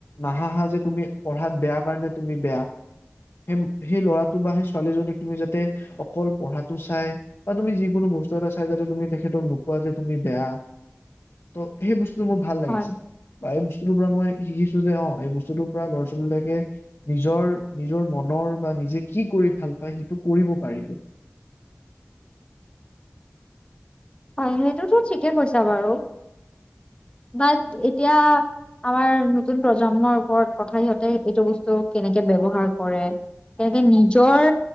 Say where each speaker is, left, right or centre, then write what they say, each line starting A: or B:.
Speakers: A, on the left; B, on the left.
A: নাহাহা যে তুমি পঢ়াত বেয়া কাৰণে তুমি বেয়া। সেই সেই ল'ৰাটো বা সেই ছোৱালীজনীক তুমি যাতে অকল পঢ়াটো চাই বা তুমি যিকোনো বস্তু এটা চাই যাতে তুমি তেখেতক নোকোৱা যে তুমি বেয়া। ত' সেই বস্তুটো মোৰ ভাল লাগিছে।
B: হয়
A: বা এই বস্তুটোৰ পৰা মই শিকিছোঁ যে, অ এই বস্তুটোৰ পৰা ল'ৰা-ছোৱালীবিলাকে নিজৰ, নিজৰ মনৰ বা নিজে কি কৰি ভাল পায় সেইটো কৰিব পাৰিব।
B: হয় সেইটোতো ঠিকে কৈছা বাৰু। বাত এতিয়া আমাৰ নতুন প্ৰজন্মৰ ওপৰত কথা, সিহঁতে এইটো বস্তুক কেনেকে ব্যৱহাৰ কৰে। তেনেকে নিজৰ